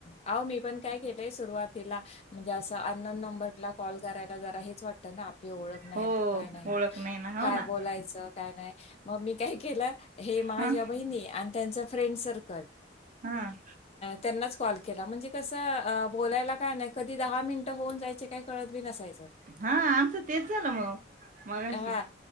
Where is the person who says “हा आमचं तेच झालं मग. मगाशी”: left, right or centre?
Right